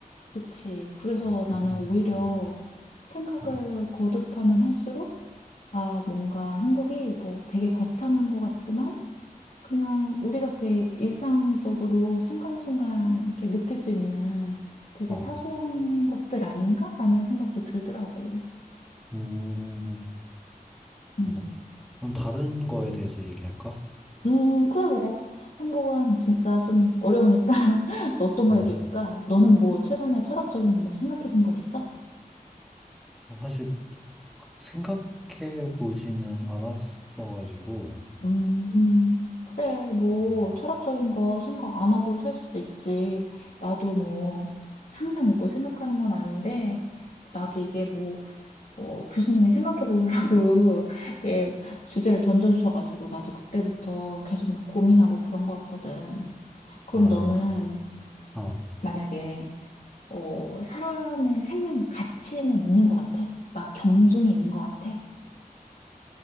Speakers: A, on the left; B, in the centre.
A: 그치. 그래서
B: 음,
A: 나는 오히려
B: 음,
A: 생각을
B: 음.
A: 거듭하면 할수록, 아, 뭔가 행복이 뭐 되게 거창한 것 같지만, 그냥 우리가 되게 일상적으로 순간순간 이렇게 느낄 수 있는 되게
B: 어,
A: 사소한 것들 아닌가? 라는 생각도 들더라고.
B: 음,
A: 음.
B: 어, 그럼 다른 거에 대해서 얘기할까?
A: 음, 그래, 그래. 행복은 진짜 좀 어려우니까 <laughs> 또 어떤 거
B: 어,
A: 얘기해볼까? 너는 뭐 최근에 철학적인 거 뭐 생각해본 거 있어?
B: 어, 사실 막 생각해 보지는 않았어가지고,
A: 음, 그래, 뭐,
B: 음.
A: 철학적인 거 생각 안 하고 살 수도 있지. 나도 뭐, 항상 이걸 생각하는 건 아닌데, 나도 이게 뭐, 어, 교수님이 생각해 보라고, <laughs> 이렇게 주제를 던져주셔가지고, 나도 그때부터 계속 막 고민하고 그런 거였거든. 그럼
B: 아,
A: 너는
B: 어,
A: 만약에, 어, 사람의 생명의 가치는 있는 것 같아? 막 경중이 있는 것 같아?